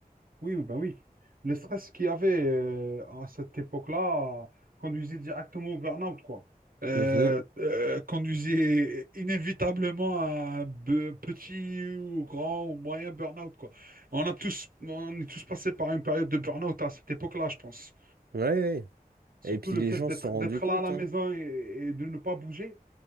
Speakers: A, on the right; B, on the right.
A: Oui, oui, ben oui. Le stress qu'il y avait euh, à cette époque-là conduisait directement au burn-out, quoi. Euh,
B: Mhm.
A: euh, conduisait inévitablement à un be- petit ou grand ou moyen burn-out, quoi. On a tous, on est tous passés par une période de burn-out à cette époque-là, je pense.
B: Ouais, ouais.
A: Surtout
B: Et puis
A: le
B: les
A: fait
B: gens
A: d'être
B: se sont
A: d'être
B: rendus compte,
A: là à la maison
B: hein.
A: et, et de ne pas bouger,